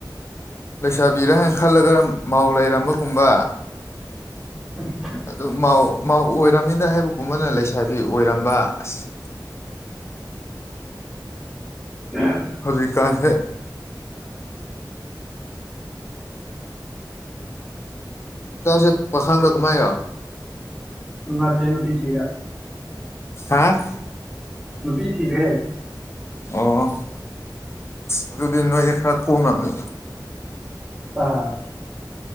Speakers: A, on the left (about 35°); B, in the centre.
A: ꯂꯩꯁꯥꯕꯤꯔ ꯍꯥꯏꯅ ꯈꯜꯂꯒ ꯃꯥꯎ ꯂꯩꯔꯝꯕꯒꯨꯝꯕ
B: ꯎ
A: ꯑꯗꯨꯎ ꯑꯣꯏꯔꯝꯅꯤꯗ ꯍꯥꯏꯕꯒꯨꯝꯕꯅ ꯂꯩꯁꯥꯕꯤ ꯑꯣꯏꯔꯝꯕ ꯑꯁ
B: ꯑ
A: ꯍꯧꯖꯤ ꯀꯥꯟ ꯍ ꯀꯁꯦ ꯄꯈꯥꯡꯒꯂ ꯀꯃꯥꯏ ꯌꯥ
B: ꯉꯠꯇ ꯅꯨꯄꯤ ꯊꯔ
A: ꯍꯥꯥ
B: ꯅꯨꯄꯤ ꯊ
A: ꯑꯣ ꯑꯗꯨꯗꯤ ꯅꯣꯏꯁꯦ ꯈꯔ ꯀꯣꯝꯅꯤ
B: ꯑꯥ